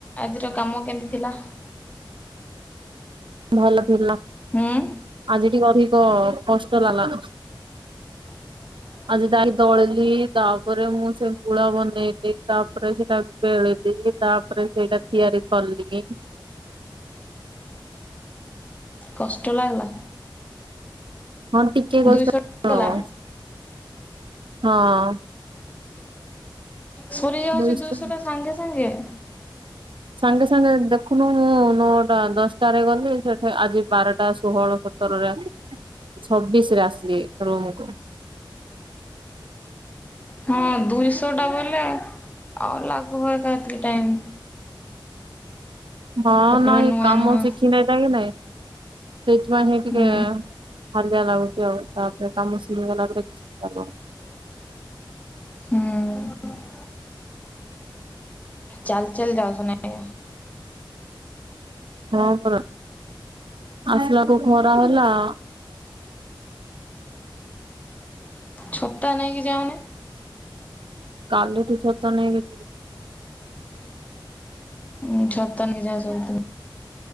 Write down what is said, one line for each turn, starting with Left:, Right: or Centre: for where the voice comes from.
Left: ଆଜିର କାମ କେମିତି ଥିଲା?
Right: ଭଲ ଥିଲା,
Left: ହୁଁ
Right: ଆଜି ଟିକେ ଅଧିକ କଷ୍ଟ ଲାଗଲା।
Left: <inaudible>
Right: ଆଜି <unintelligible> ଦଳିଲି ତାପରେ ମୁଁ ସେ ଗୁଳା ବନେଇଲି ତାପରେ ସେଟା ବେଳିଲି। ତାପରେ ସେଇଟା ତିଆରି କଲି।
Left: କଷ୍ଟ ଲାଗଲା?
Right: ହଁ ଟିକେ
Left: ଦୁଇଶହ
Right: କଷ୍ଟ
Left: ଗଲା
Right: ଅଁ, ହଁ।
Left: ସରିଯାଉଚି
Right: ନିଶ୍ଚୟ
Left: ଦୁଇଶହଟା ସାଙ୍ଗେ ସାଙ୍ଗେ?
Right: ସାଙ୍ଗେ ସାଙ୍ଗେ ଦେଖୁନୁ ମୁଁ ନଅଟା ଦଶଟାରେ ଗଲି ସେଠି ଆଜି ବାରଟା ଷୋହଳ ସ ତରରେ ଆ, ଛବିଶି ରେ ଆସଲି ରୁମ୍ କୁ।
Left: ହଁ ଦୁଇଶହ ଟା ବୋଇଲେ ଆଉ ଲାଗିବ ଏକା ଏତକି ଟାଇମ୍।
Right: ହଁ
Left: ତାପରେ
Right: ନାହି
Left: ନୂଆ
Right: କାମ
Left: ନୂଆ
Right: ଶିଖ <unintelligible> ନାଇଁ ସେଇଥିପାଇଁ ହିଁ ଟିକେ
Left: ହୁଁ
Right: ହାଲିଆ ଲାଗୁଚି ଆଉ। ତାପରେ କାମ ଶିଖିଗଲା ପରେ କିଛି କାମ
Left: ହଁ, ହଁ। ଚାଲ ଚାଲି ଯାଉଛ ନା? ଓ,
Right: ହଁ ପରା, ଆସିଲାକୁ ଖରା ହେଲା।
Left: ଛତା ନେଇକି ଯାଉନେ?
Right: କାଲି ଠୁ ଛତା ନେଇକି ଯିବି।
Left: ଉଁ ଛତା ନେଇଯାଅ ସବୁଦିନ।